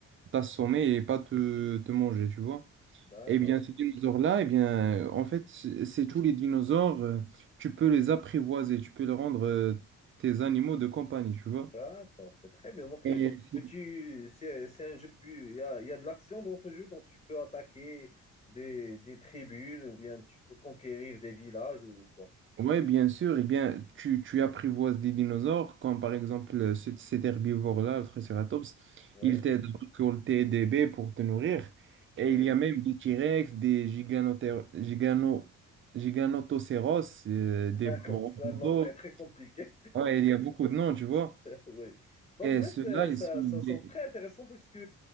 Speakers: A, on the right (about 40°); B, on the left (about 20°).
A: t'assommer et pas te, te manger, tu vois.
B: d'accord,
A: Eh bien, ces dinosaures-là, eh bien, euh, en fait, c'est c'est tous les dinosaures, euh, tu peux les apprivoiser, tu peux les rendre euh, tes animaux de compagnie, tu vois.
B: d'accord, c'est très bien. Donc,
A: Et
B: euh,
A: si
B: tu, c'est, c'est un jeu plus. Il y a, il y a de l'action dans ce jeu, donc tu peux attaquer des, des tribus ou bien tu peux conquérir des villages ou quoi.
A: Oui, bien sûr. Eh bien, tu, tu apprivoises des dinosaures, comme par exemple euh, cet, cet herbivore-là, le Triceratops.
B: Oui.
A: Il t'aide à récolter des baies pour te nourrir. Et
B: Oui,
A: il y a même des T-Rex, des giganoté- gigano, giganotocéros, euh,
B: <laughs>
A: des
B: d'accord.
A: brontos.
B: Ça, non, très, très compliqué.
A: Ouais, il y a beaucoup de noms, tu vois.
B: <laughs> Oui. Bon,
A: Et
B: en
A: ceux-là,
B: fait, euh,
A: ils
B: ça,
A: sont des,
B: ça semble très intéressant puisque